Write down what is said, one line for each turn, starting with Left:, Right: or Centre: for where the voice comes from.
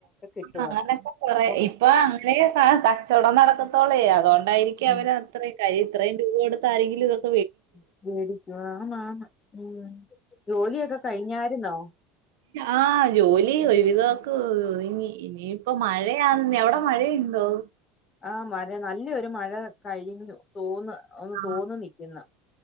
Left: കിട്ടുവന്ന്
Right: അങ്ങനക്കെ കൊറെ
Left: ഓക്കെ
Right: ഇപ്പൊ അങ്ങ്നി <unintelligible> കച്ചോടം നടക്ക് ത്തൊളേ അതോണ്ട് ണ്ടായിരിക്ക്യ
Left: ഉം
Right: അവർ അത്രയ് ക്ക <unintelligible> രി ഇത്രയും രൂപ കൊടു സാരിഹ്ല് വെക്
Left: ഉം മേടിക്കു ആഹ് ആന്ന് ആന്ന് ഉം ജോലിയൊക്കെ കഴിഞ്ഞായ്രുന്നോ
Right: ആഹ് ജോലി ഏയ് ഒരു വിതോക്ക് ഒയ്ങ്ങി ഇനിയിപ്പ മഴ ദേ അന്ന് മഴ എവ്ടെ മഴയ് ആ
Left: ആ മരെ നല്ലൊ ഒരു മഴ കഴിഞ്ഞു തോന്ന ഒന്ന്
Right: ആ,
Left: തോന്ന നിക്കുന്ന